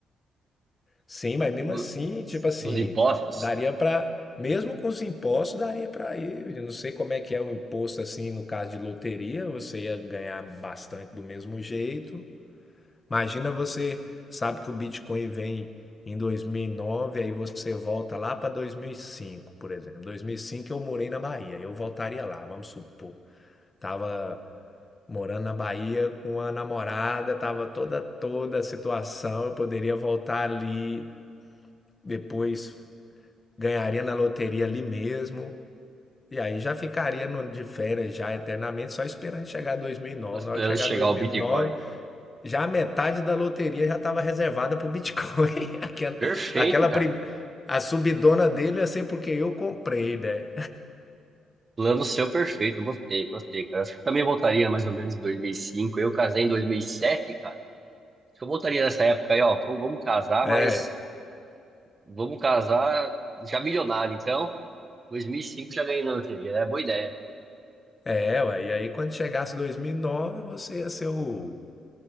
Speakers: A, on the left; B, on the right.
A: Sim, mas mesmo
B: Do-
A: assim, tipo assim,
B: dos impostos.
A: daria pra. mesmo com os impostos, daria pra ir. Eu não sei como é que é o imposto assim no caso de loteria, você ia ganhar bastante do mesmo jeito. Imagina você sabe que o Bitcoin vem em dois mil e nove aí você volta lá para 2005 por exemplo. dois mil e cinco eu morei na Bahia, eu voltaria lá, vamos supor. Tava morando na Bahia com a namorada, tava toda toda a situação, eu poderia voltar ali depois ganharia na loteria ali mesmo. E aí já ficaria no, de férias já eternamente, só esperando chegar 2009.
B: Tô esperando
A: Na hora que chegar
B: chegar
A: 2009,
B: o Bitcoin.
A: já a metade da loteria já estava reservada para o Bitcoin. <laughs> aquela
B: Perfeito,
A: aquela
B: cara.
A: prim... A subidona dele ia ser porque eu comprei, né?
B: Plano seu perfeito, gostei, gostei, cara. Acho que eu também voltaria mais ou menos em 2005. Eu casei em 2007, cara. Acho que eu voltaria nessa época aí, ó. Vamos, vamos casar,
A: É,
B: mas vamos casar já milionário. Então, 2005 já ganhei na loteria, é boa ideia.
A: é, ué. E aí quando chegasse 2009, você ia ser o